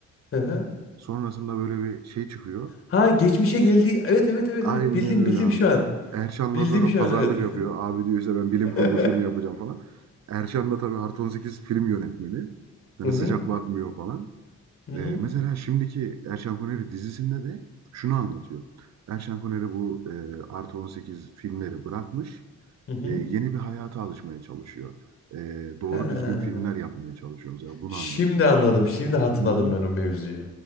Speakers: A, on the left; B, on the right.
A: Hı hı.
B: Sonrasında böyle bir şey çıkıyor.
A: Ha geçmişe geldi. Evet evet evet
B: Aynen
A: evet. Bildim
B: öyle
A: bildim
B: abi.
A: şu an.
B: Erşan'la
A: Bildim
B: sonra
A: şu
B: pazarlık
A: an evet.
B: yapıyor. Abi diyor işte ben bilim kurgu
A: <laughs>
B: filmi yapacağım falan. Erşan da tabii artı 18 film yönetmeni. Hani
A: Hı hı.
B: sıcak bakmıyor falan.
A: Hı hı.
B: Ee, mesela şimdiki Erşen Kuneri dizisinde de şunu anlatıyor. Erşen Kuneri bu e, artı 18 filmleri bırakmış.
A: Hı hı.
B: e, yeni bir hayata alışmaya çalışıyor. E, doğru
A: Ha.
B: düzgün filmler yapmaya çalışıyor mesela. Bunu
A: Şimdi
B: anlatıyor.
A: anladım. Şimdi hatırladım
B: Hı-hı.
A: ben o mevzuyu.